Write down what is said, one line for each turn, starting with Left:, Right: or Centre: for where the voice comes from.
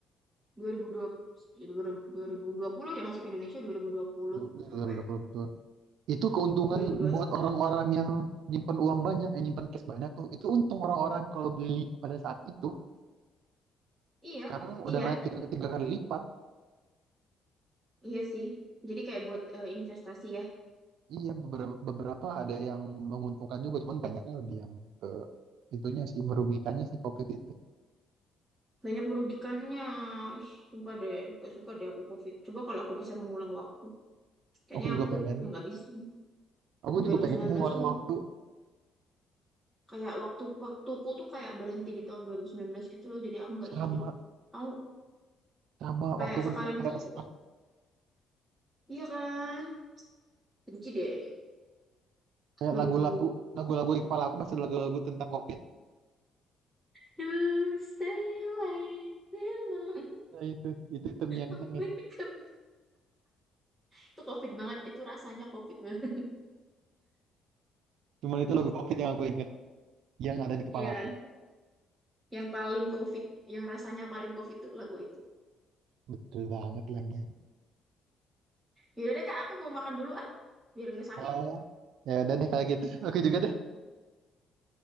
Centre: dua ribu dua puluh, dua ribu ribu ribu dua puluh ya masuk Indonesia dua dua ribu dua puluh
Right: Duh, duh,
Centre: sampai
Right: duh, duh, duh, betul itu keuntungan
Centre: dua dua ribu dua
Right: buat
Centre: puluh satu
Right: orang-orang yang nyimpen uang banyak yang nyimpen cash banyak tuh itu untung orang-orang kalau beli pada saat itu
Centre: Iya,
Right: sekarang
Centre: iya.
Right: udah naik tiga, tiga kali lipat
Centre: Iya sih. Jadi kayak buat eh, investasi ya.
Right: iya beberapa beberapa ada yang menguntungkan juga cuman banyaknya lebih yang ke itunya sih merugikannya sih covid itu
Centre: Banyak merugikannya. Ih, sumpah deh. Gak suka deh aku COVID. Coba kalau aku bisa mengulang waktu. Kayaknya
Right: aku juga
Centre: aku
Right: pengen
Centre: ya nggak bisa.
Right: aku
Centre: 2019
Right: juga pengen mengulang
Centre: tuh
Right: waktu
Centre: kayak waktu waktuku tuh kayak berhenti di tahun 2019 gitu loh. Jadi aku nggak
Right: selama
Centre: hidup. Aku
Right: sama
Centre: kayak
Right: waktu aku
Centre: sekarang
Right: juga kayak
Centre: itu,
Right: stuck
Centre: iya kan? Benci deh.
Right: kayak
Centre: 2000.
Right: lagu-lagu lagu-lagu di kepala aku masih lagu-lagu tentang covid.
Centre: You stay away too long.
Right: Nah, itu itu terngiang-ngiang
Centre: Aku
Right: itu.
Centre: pikir- Itu COVID banget. Itu rasanya COVID banget.
Right: Cuman itu logo COVID yang aku inget, yang ada di kepala
Centre: Iya
Right: aku.
Centre: kan? Yang paling COVID, yang rasanya paling COVID tuh lagu itu.
Right: Betul banget lagi.
Centre: Yaudah deh kak, aku mau makan dulu ah, biar nggak sakit.
Right: Oh, ya udah deh kalau gitu. Oke juga deh.